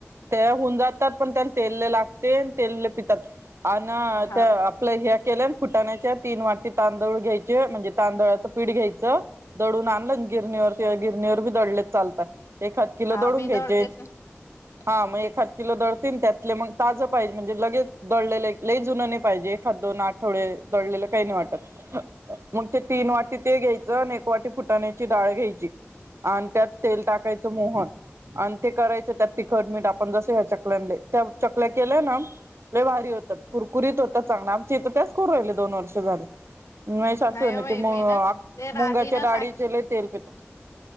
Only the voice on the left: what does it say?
हा
हा
मी
<inaudible>
नाही
ओ बाई
मी ना
ते राधीनं